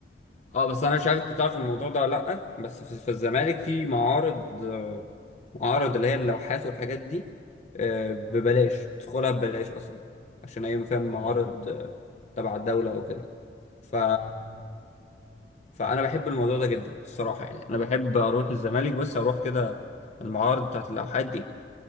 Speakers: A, on the left; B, in the centre.
A: اه بس انا مش عارف انت تعرف الموضوع ده ولا لا بس في, في الزمالك في معارض آه، معارض اللي هي اللوحات والحاجات دي آه،
B: آه.
A: ببلاش تدخلها ببلاش اصلا عشان هي فاهم
B: والله
A: معارض آه، تبع الدولة وكده ف
B: امم
A: فانا بحب الموضوع ده جدا الصراحة يعني انا بحب اروح الزمالك بس اروح كده المعارض بتاعت اللوحات دي